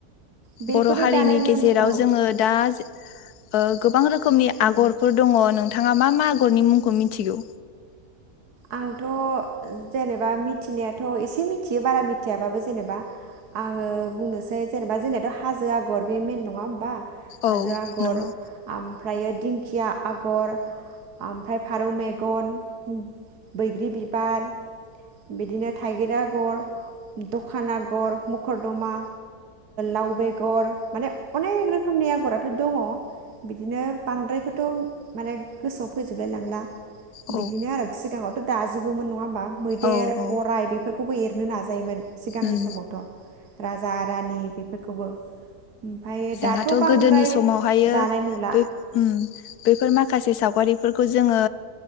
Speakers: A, on the right; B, on the left.
A: बेखौथ'
B: बर' हारिनि
A: दानाय लुनो
B: गेजेराव
A: औ
B: जोङो दा ओ गोबां रो खोमनि
A: नंगौ
B: आगरफोर दङ नोंथाङा मा मा आगरनि मुंखौ मिथिगौ
A: आंथ' जेनेबा मिथिनायाथ' एसे मिथियो बारा मिथियाबाबो जेनेबा आङो बुंनोसै जेनेबा जेनेबा हाजो आगर बे मेन नङा होनोमबा
B: औ
A: हाजो आगर
B: नंगौ
A: ओमफ्राय दिं दखिया आगर, ओमफ्राय फारौ मेगन बैग्रि बिबार, बिदिनो थाइगिर आगर, दखान आगर, मखरदमा, लाव बेगर, माने अनेख रोखोमनि आगराथ' दङ बिदिनो बांद्रायखौथ' माने गोसोआव फोजोबलाय लांला
B: औ
A: बिदिनो आरो सिगाङाव दाजोबोमोन नङा होमा मैदेर
B: औ औ
A: गराय बेफोरखौ खौबो एरनो नाजायोमोन सिगांनि
B: उम
A: समावथ' राजा रानि बेफोरखौबो ओमफ्राय
B: जोंहाथ'
A: दाथ' बांद्राय
B: गोदोनि समावहायो
A: दानाय नुला
B: बै-बैफोर माखासे साव गारिफोरखौ जोङो